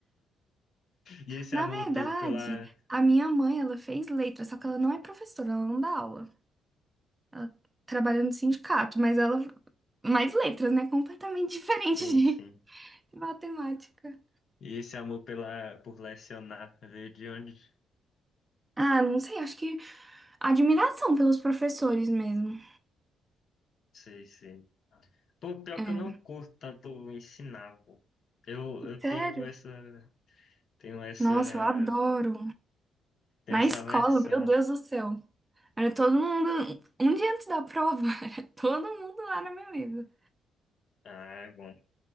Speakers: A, on the left; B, on the right.
A: E esse
B: Na
A: amor
B: verdade,
A: todo pela...
B: a minha mãe, ela fez letras, só que ela não é professora, ela não dá aula. Ela trabalha no sindicato, mas ela mais letras, né? Completamente diferente
A: Sim,
B: de
A: sim.
B: <laughs> matemática.
A: E esse amor pela, por lecionar, veio de onde?
B: Ah, não sei, acho que admiração pelos professores mesmo.
A: Sei, sei. Pô, pior
B: É.
A: que eu não curto tanto ensinar, pô. Eu, eu
B: Sério?
A: tenho essa, tenho essa,
B: Nossa, eu adoro.
A: tenho
B: Na
A: essa
B: escola,
A: versão.
B: meu Deus do céu. Era todo mundo, um dia antes da prova, <laughs> era todo mundo lá na minha mesa.
A: Ah, é bom.